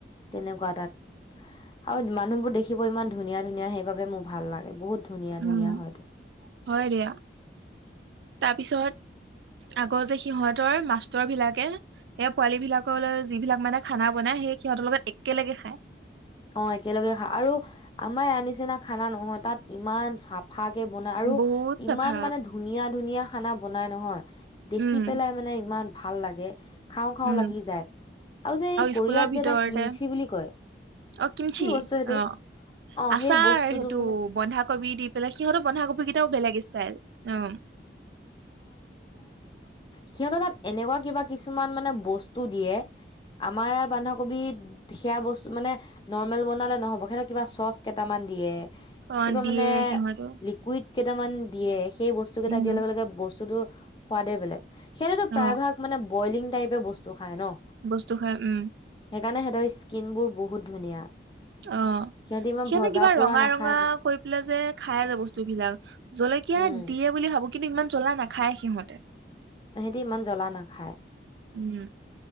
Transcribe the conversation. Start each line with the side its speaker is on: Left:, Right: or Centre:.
Left: তেনেকুৱা তাত আৰু মানুহবোৰ দেখিব ইমান ধুনীয়া ধুনীয়া সেইবাবে মোৰ ভাল লাগে বহুত ধুনীয়া ধুনীয়া
Right: উম
Left: হয়
Right: হয় দিয়া তাৰপিছত আগৰ যে সিহঁতৰ মাষ্টৰ বিলাকে সেই পোৱালী বিলাকৰ যিবিলাক মানে খানা বনাই সেই সিহঁতৰ লগত একেলগে খায়
Left: অঁ একেলগে খাই আৰু আমাৰ আ নিচিনা খানা নহয় তাত ইমান চাফা চফাকে বনাই আৰু
Right: বহুত
Left: ইমান
Right: চাফা
Left: মানে ধুনীয়া ধুনীয়া খানা বনাই নহয় দেখি
Right: উম
Left: পেলাই মানে ইমান ভাল লাগে খাওঁ খাওঁ
Right: উম
Left: লাগি যায় আৰু যে এই কৰিয়াত
Right: স্কুলৰ ভিতৰতে
Left: যে এটা কিমচি বুলি কয়
Right: অ কিনছি
Left: কি বস্তু সেইটো
Right: আহ
Left: অ
Right: আচাৰ
Left: সেই বস্তুটো
Right: সেইটো
Left: মানে
Right: বন্ধাকবি দি পেলাই সিহঁতৰ বন্ধাকবি কেইটাও বেলেগ ষ্টাইল উম
Left: সিহঁতে তাত এনেকুৱা কিবা কিছুমান মানে বস্তু দিয়ে আমাৰ বন্ধাকবি সেয়া বস্তু মানে নৰ্মেল বনালে নহ'ব সতে কিবা চচ কেইটামান দিয়ে
Right: অ
Left: কিবা
Right: দিয়ে
Left: মানে
Right: সিহঁতেও
Left: লিকুইড কেইটামান দিয়ে সেই বস্তুকেইটা
Right: উম
Left: দিয়াৰ লগে লগে বস্তুটোৰ সোৱাদে বেলেগ সেইটোতো
Right: অ
Left: প্ৰায় ভাগ মানে বইলিং টাইপে বস্তু খায় ন
Right: বস্তু খায় উম
Left: সেইকাৰণে হেতৰ স্কিনবোৰ বহুত ধুনীয়া
Right: অ
Left: সিহঁতি ইমান
Right: সিহঁতে
Left: ভজা
Right: কিবা
Left: পুৰা
Right: ৰঙা
Left: নাখায়তো
Right: ৰঙা কৈ পেলাই যে খাই যে বস্তু বিলাক জলকীয়া
Left: উম
Right: দিয়ে বুলি ভাবো কিন্তু ইমান জ্বলা নাখায় সিহঁতে
Left: সিহতি ইমান জ্বলা নাখায়
Right: উম